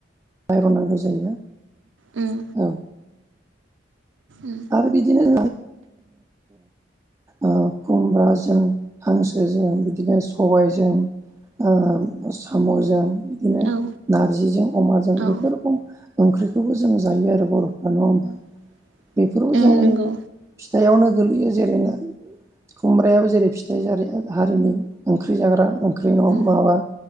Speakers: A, on the right; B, on the right.
A: आइरन नांगौ जायो
B: उम
A: औ।
B: उम
A: आरो बिदिनो <unintelligible> ओ खुमब्राजों हांसोजों बिदिनो सबायजों। ओ साम'जों बिदिनो
B: औ
A: नारजिजों अमाजों
B: औ
A: बेफोर रोखोम ओंख ओंख्रिखौबो जों जायो आरो बर'फ्रा नङा होमबा?
B: <inaudible>
A: बेफोरबो
B: औ
A: जोंनि
B: नंगौ
A: फिथाइआवनो गोग्लैयो जेरैनो। खुमब्रायाबो जेरै फिथाइ जा हारिनि ओंख्रि जाग्रा ओं ओंख्रि नङा
B: उम
A: माबा